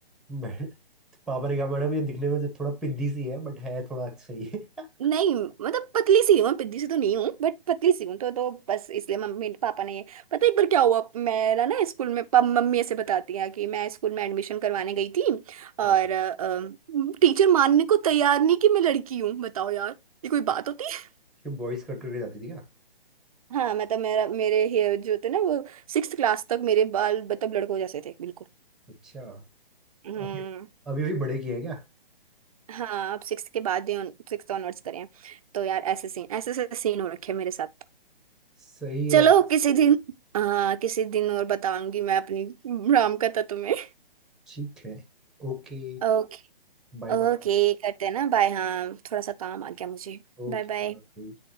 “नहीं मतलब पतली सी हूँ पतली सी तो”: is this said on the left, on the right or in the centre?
Right